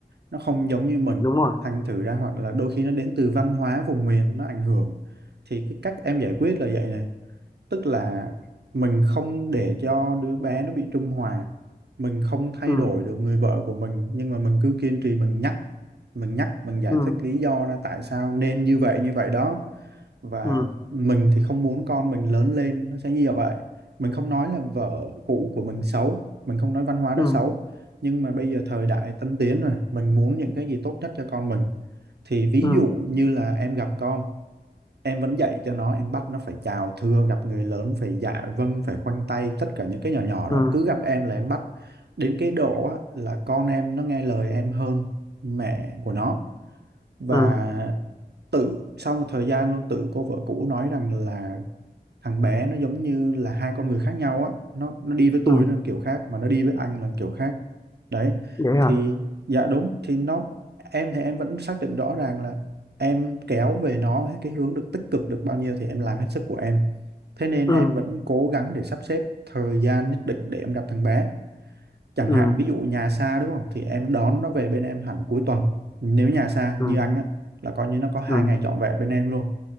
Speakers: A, on the right; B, on the left.
A: nó không giống như mình
B: đúng rồi
A: thành thử ra hoặc là đôi khi nó đến từ văn hóa vùng miền nó ảnh hưởng thì cái cách em giải quyết là vậy này tức là mình không để cho đứa bé nó bị trung hòa mình không thay
B: ừ
A: đổi được người vợ của mình nhưng mà mình cứ kiên trì mình nhắc mình nhắc mình giải
B: ừ
A: thích lý do ra tại sao nên như vậy như vậy đó và
B: ừ
A: mình thì không muốn con mình lớn lên nó sẽ như vậy mình không nói là vợ cũ của mình xấu mình không nói văn hóa đó
B: ừ
A: xấu nhưng mà bây giờ thời đại tân tiến rồi mình muốn những cái gì tốt nhất cho con mình thì ví
B: ừ
A: dụ như là em gặp con em vẫn dạy cho nó em bắt nó phải chào thưa gặp người lớn phải dạ vâng phải khoanh tay tất cả những cái nhỏ nhỏ
B: ừ
A: đó cứ gặp em là em bắt đến cái độ á, là con em nó nghe lời em hơn mẹ của nó và
B: ừ
A: tự sau một thời gian luôn tự cô vợ cũ nói rằng là thằng bé nó giống như là hai con người khác nhau á nó nó đi với tôi
B: ừ
A: nó kiểu khác mà nó đi với anh là kiểu khác đấy
B: vậy hả
A: thì dạ đúng thì nó em thì em vẫn xác định rõ ràng là em kéo về nó cái hướng được tích cực được bao nhiêu thì em làm hết sức của em thế nên
B: ừ
A: em vẫn cố gắng để sắp xếp thời gian nhất định để em gặp thằng bé chẳng
B: ừ
A: hạn ví dụ nhà xa đúng không thì em đón nó về bên em hẳn cuối tuần nếu nhà xa
B: ừ
A: như anh á là coi như nó có hai
B: ừ
A: ngày trọn vẹn bên em luôn